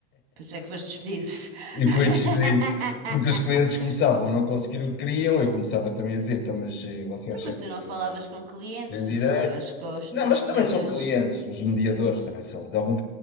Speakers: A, on the right; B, on the left.
A: Pois é que foste despedido.
B: E
A: <laughs>
B: foi despedido. Porque os clientes começavam a não conseguir o que queriam, eu começava também a dizer, então, mas eh, você
A: Então,
B: acha
A: mas tu não
B: que
A: falavas com clientes,
B: tem
A: tu
B: direito?
A: falavas com os
B: Não,
A: teus
B: mas
A: colegas
B: também são clientes, os mediadores também são. De algum,